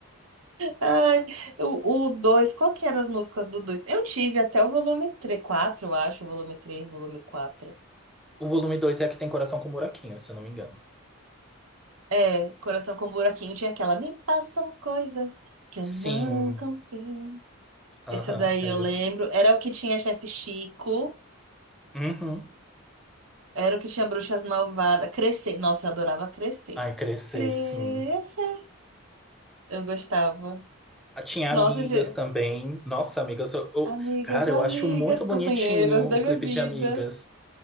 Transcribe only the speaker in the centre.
O volume dois é a que tem coração com buraquinho, se eu não me engano.
Sim,
aham,
é
justo.
Uhum.
Ai, crescer,
sim.
Ah, Tinha
amigas
também. Nossa, amigas, eu, eu-
cara,
eu acho muito bonitinho
o
clipe
de Amigas.